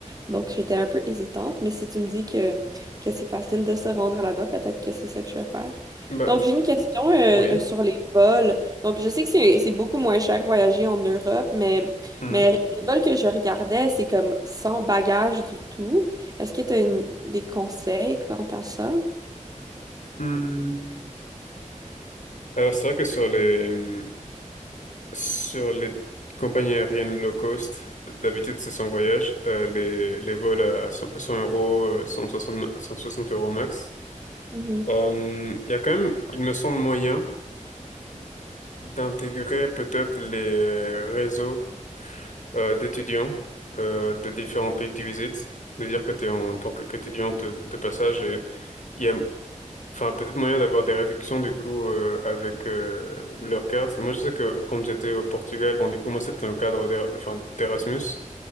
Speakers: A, on the right; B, on the left.
A: donc j'étais un peu hésitante, mais si tu me dis que, que c'est facile de se rendre là-bas, peut-être que c'est ça que je vais faire.
B: Bah
A: Donc, j'ai une question euh,
B: oui.
A: euh, sur les vols. Donc, je sais que c'est c'est beaucoup moins cher voyager en Europe, mais,
B: Mhm.
A: mais les vols que je regardais, c'est comme sans bagage du tout. Est-ce que tu as une- des conseils quant à ça?
B: Mhm. Alors c'est vrai que sur les mmh, Sur les compagnies aériennes low cost, d'habitude c'est sans voyage. Euh, les, les vols à 100 100 euros, euh, cent soixante 160 euros max.
A: Mhm.
B: Euh, Il y a quand même, il me semble, moyen d'intégrer peut-être les réseaux euh, d'étudiants euh, de différents pays que tu visites. De dire que tu es en tant que- qu'étudiante de passage et il y a enfin, peut-être moyen d'avoir des réductions du coup euh, avec euh, leur carte. Moi je sais que quand j'étais au Portugal, bon du coup moi c'était dans le cadre d'Er- enfin, d'Erasmus.